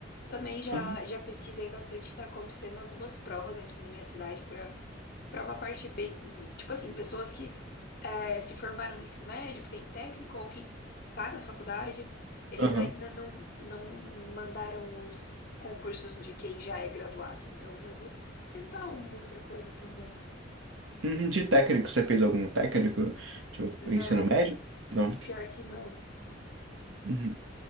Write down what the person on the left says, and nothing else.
Também já,
já pesquisei bastante, tá acontecendo algumas provas aqui na minha cidade para uma parte bem, tipo assim, pessoas que é, se formaram no ensino médio, que tem técnico, ou quem tá na faculdade, eles
ainda não, não mandaram os concursos de quem já é graduado. Então eu vou tentar uma outra coisa também.
Não,
pior que não.